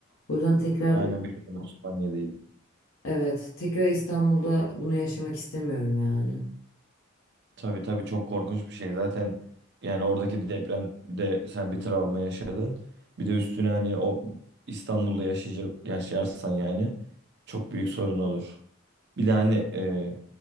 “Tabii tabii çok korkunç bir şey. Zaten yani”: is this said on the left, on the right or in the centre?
Right